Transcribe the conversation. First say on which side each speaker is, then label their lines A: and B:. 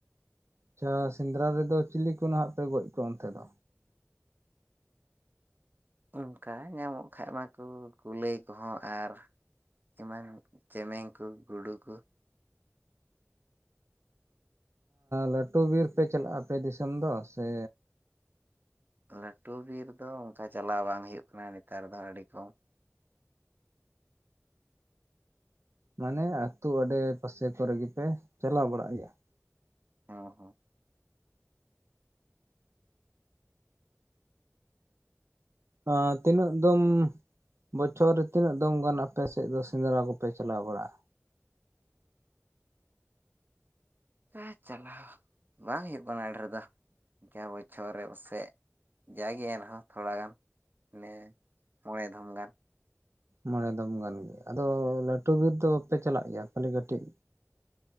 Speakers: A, on the right; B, on the right.
A: ᱟᱪᱷᱟ ᱥᱮᱸᱫᱽᱨᱟ ᱨᱮᱫᱚ ᱪᱤᱞᱤ ᱠᱚ ᱱᱟᱦᱜ ᱯᱮ ᱜᱚᱡ ᱠᱚᱣᱟ ᱚᱱᱛᱮ ᱫᱚ?
B: ᱚᱱᱠᱟ ᱧᱟᱢᱚᱜ ᱠᱷᱟᱡ ᱢᱟᱠᱚ ᱠᱩᱞᱟᱹᱭ ᱠᱚᱦᱚᱸ ᱟᱨ ᱮᱢᱟᱱ ᱪᱮᱢᱮᱧ ᱠᱚ ᱜᱩᱰᱩ ᱠᱚ ᱾
A: ᱞᱟᱹᱴᱩ ᱵᱤᱨ ᱯᱮ ᱪᱟᱞᱟᱜᱼᱟ ᱟᱯᱮ ᱫᱤᱥᱚᱢ ᱫᱚ ᱥᱮ?
B: ᱞᱟᱹᱴᱩ ᱵᱤᱨ ᱫᱚ ᱚᱝᱠᱟ ᱪᱟᱞᱟᱣ ᱵᱟᱝ ᱦᱩᱭᱩᱜ ᱠᱟᱱᱟ ᱱᱮᱛᱟᱨ ᱫᱚ ᱟᱹᱰᱤ ᱠᱚᱢ᱾
A: ᱢᱟᱱᱮ ᱟᱹᱛᱩ ᱟᱸᱰᱮ ᱯᱟᱥᱮ ᱠᱚᱨᱮ ᱜᱮ ᱯᱮ ᱪᱟᱞᱟᱣ ᱵᱟᱲᱟᱜ ᱜᱮᱭᱟ ᱾
B: ᱦᱚᱸ ᱦᱚᱸ
A: ᱟᱸᱻ ᱛᱤᱱᱟᱹᱜ ᱫᱚᱢ ᱾ ᱵᱚᱪᱷᱚᱨ ᱨᱮ ᱛᱤᱱᱟᱹᱜ ᱫᱚᱢ ᱜᱟᱱ ᱟᱯᱮ ᱥᱮᱫ ᱫᱚ ᱥᱮᱸᱫᱽᱨᱟ ᱠᱚᱯᱮ ᱪᱟᱞᱟᱣ ᱵᱟᱲᱟᱜᱼᱟ?
B: ᱦᱮ ᱪᱟᱞᱟᱣ ᱵᱟᱝ ᱦᱩᱭᱩᱜ ᱠᱟᱱᱟ ᱟᱹᱰᱤ ᱰᱷᱮᱨ ᱫᱚ ᱾ ᱠᱮᱭᱟ ᱵᱚᱪᱷᱚᱨ ᱨᱮ ᱯᱟᱥᱮᱡ ᱡᱟᱭᱜᱮ ᱮᱢ ᱟ ᱾ ᱟᱨ ᱛᱷᱚᱲᱟ ᱜᱟᱱ ᱱᱮ ᱢᱚᱬᱮ ᱫᱷᱚᱢ ᱜᱟᱱ ᱾
A: ᱢᱚᱬᱮ ᱫᱚᱢ ᱜᱟᱱ ᱟᱫᱚ ᱞᱟᱹᱴᱩ ᱵᱤᱨ ᱫᱚ ᱵᱟᱯᱮ ᱪᱟᱞᱟᱜ ᱜᱮᱭᱟ ᱠᱷᱟᱹᱞᱤ ᱠᱟᱹᱴᱤᱡ?